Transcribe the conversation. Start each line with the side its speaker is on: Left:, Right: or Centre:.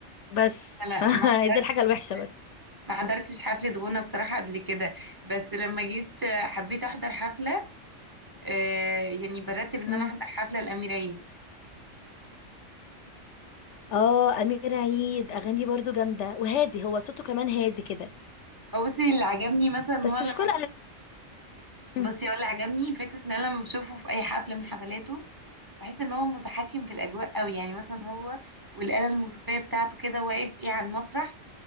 Left: بس
Right: لا
Left: <laughs> فدي
Right: ما حضرتش
Left: الحاجة الوحشة بس
Right: ما حضرتش حفلة غنى بصراحة قبل كده بس لما جيت آه، حبيت أحضر حفلة آه، يعني برتب إن
Left: مم.
Right: أنا أحضر حفلة لأمير عيد
Left: اه امير عيد اغانيه برضو جامدة وهادي هو صوته كمان هادي كده
Right: هو بصي اللي عجبني مثلا إن
Left: بس
Right: هو لما
Left: مش كل
Right: بصي
Left: مم.
Right: هو اللي عجبني فكرة إن أنا لما بشوفه في أي حفلة من حفلاته بحس إن هو متحكم في الأجواء أوي يعني مثلا هو والآلة الموسيقية بتاعته كده واقف إيه على المسرح